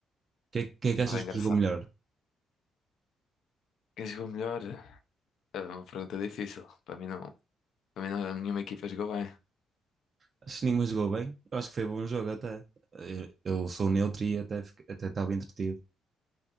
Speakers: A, on the right; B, on the left.
A: que é, que é que
B: E estava
A: achas
B: engraçado.
A: que jogou melhor?
B: Quem jogou melhor? É uma pergunta difícil. Para mim não, para mim não, nenhuma equipa jogou bem.
A: Acho que nenhuma jogou bem. Eu acho que foi bom jogo até. Eu, eu sou neutro e até fiquei- até estava entretido.